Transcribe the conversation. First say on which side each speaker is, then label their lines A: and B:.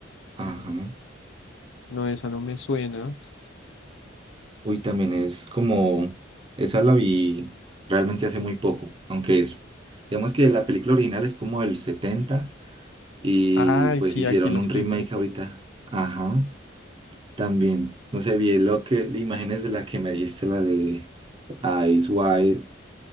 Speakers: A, on the right; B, on the left.
A: Ajá.
B: Mm, No, esa no me suena.
A: Uy, también es como... Esa la vi realmente hace muy poco. Aunque es... Digamos que la película original es como el 70 y
B: Ay,
A: pues
B: sí,
A: hicieron
B: aquí la
A: un
B: estoy
A: remake
B: viendo.
A: ahorita. Ajá. También, no sé, vi lo que, imágenes de la que me dijiste, la de Eyes Wide,